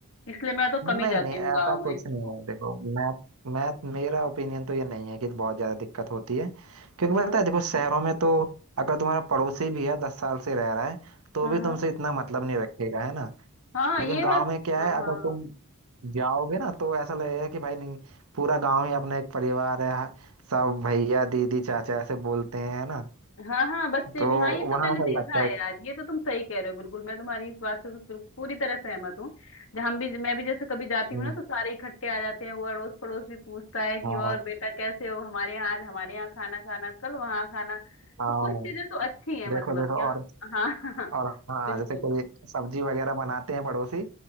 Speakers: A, on the left (about 60°); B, on the right (about 75°).
A: इसलिए मैं तो
B: नहीं
A: कम ही जाती
B: नहीं ऐसा
A: हूँ गाँव
B: कुछ
A: में
B: नहीं है देखो मैं मैं मेरा ओपिनियन तो ये नहीं है कि बहुत ज्यादा दिक्कत होती है क्योंकि पता
A: हाँ
B: है देखो शहरों में तो अगर तुम्हारा पड़ोसी भी है दस साल से रह रहा है तो
A: हाँ
B: भी
A: हाँ
B: तुमसे
A: हाँ
B: इतना मतलब नहीं रखेगा है ना
A: हाँ,
B: लेकिन
A: ये
B: गांव
A: बस
B: में क्या
A: हाँ
B: है अगर
A: हाँ
B: तुम
A: हाँ।
B: जाओगे ना तो ऐसा लगेगा कि भाई नहीं पूरा गांव ही अपना एक परिवार है सब भैया दीदी चाचा ऐसे बोलते हैं है ना
A: हाँ हाँ बच्चे
B: तो
A: भी हाँ ये तो
B: वहां
A: मैंने
B: ऐसा
A: देखा
B: लगता
A: है
B: है
A: यार ये तो तुम सही कह रहे हो बिल्कुल मैं तुम्हारी इस बात से बिल्कुल- पूरी तरह सहमत हूँ जब हम भी मैं भी जैसे कभी जाती
B: कि
A: हूँ ना तो सारे इकट्ठे आ जाते हैं वो अड़ोस पड़ोस भी पूछता है कि
B: हाँ
A: और बेटा कैसे हो हमारे यहाँ आज हमारे यहाँ खाना खाना कल वहाँ खाना
B: हाँ
A: तो कुछ चीजें तो अच्छी है
B: देखो
A: मतलब
B: देखो
A: यहाँ
B: और
A: हाँ <laughs> हाँ
B: और हाँ
A: बिल्कुल
B: जैसे कोई सब्जी वगैरह बनाते हैं पड़ोसी